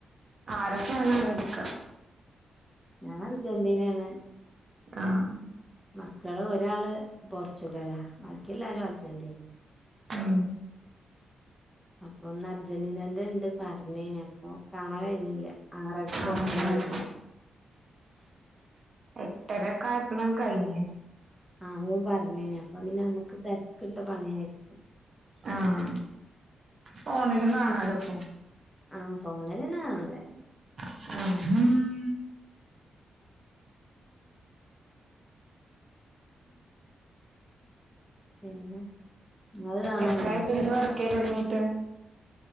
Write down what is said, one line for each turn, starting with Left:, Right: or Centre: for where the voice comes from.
Right: ആര സനഴിക്ക
Centre: ഞാൻ അർജന്റീനയാണ്
Right: ആഹ
Centre: മക്കള് ഒരാള് പോർച്ചുഗലാ ബാക്കിയ എല്ലാരും അർജന്റീന
Right: ഉം
Centre: അപ്പൊ ഒന്ന് അർജന്റീനന്റെ ഉണ്ട് പറഞ്ഞേനെ അപ്പൊ കാണാൻ കഴിഞ്ഞില്ല ആ സ്കപ്പ്ലോ
Right: ആണല്ലേ
Centre: ഇയ
Right: ഇട്ടര കയപ്പണം കഴിഞ്
Centre: ആഹ് ഓ പറഞ്ഞേന അപ്പ പിന്നെ നമ്മുക്ക് തിരക്കിട്ട പണിയായിരിക്കും
Right: ആഹ ഫോണിലും കാണാലുംപ്പ
Centre: ആഹ ഫോണിലന്നൊണല്ലേ
Right: ആഹ
Centre: പിന്നെ നിങ്ങള് കാണലുണ്ടോ
Right: എത്രയട്ട എന്ത വർക്കേ തുടങ്ങീട്ട്